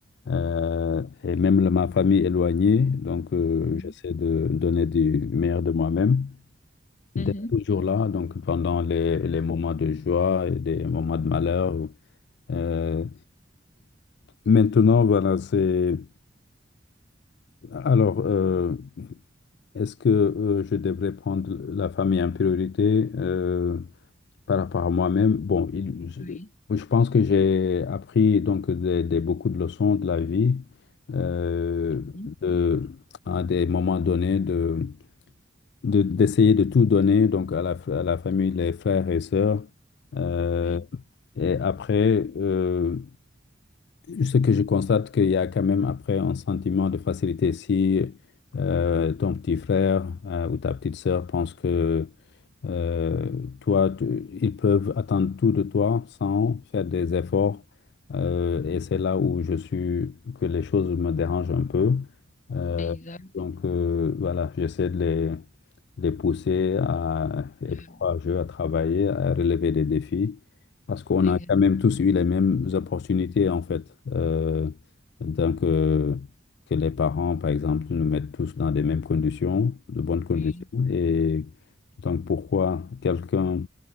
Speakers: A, on the left; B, on the left.
A: euh, et même le- ma famille éloignée, donc, euh,
B: Mhm.
A: j'essaie de donner du meilleur de moi-même,
B: Mhm.
A: d'être toujours là, donc, pendant les, les moments de joie et des moments de malheur. Euh, maintenant, voilà, c'est. Alors, euh, est-ce que euh, je devrais prendre la famille en priorité euh, par rapport à moi-même? Bon, il- je,
B: Oui.
A: je pense que j'ai appris donc des- des- beaucoup de leçons de la vie euh,
B: Mhm.
A: de, à des moments donnés de, de- d'essayer de tout donner donc à la, à la famille, les frères et sœurs. Euh,
B: Oui.
A: et après, euh, ce que je constate, qu'il y a quand même après un sentiment de facilité. Si euh, ton petit frère euh, ou ta petite sœur pense que euh, toi, tu- ils peuvent attendre tout de toi sans faire des efforts. Euh, et c'est là où je suis, que les choses me dérangent un peu. Euh,
B: Exact.
A: donc, euh, voilà, j'essaie de les, les pousser à être
B: Euh,
A: courageux, à travailler, à relever des défis, parce qu'on
B: exact.
A: a quand même tous eu les mêmes opportunités, en fait. Euh, donc, euh, que les parents, par exemple, nous mettent tous dans des mêmes conditions, de bonnes conditions,
B: Oui.
A: et donc pourquoi quelqu'un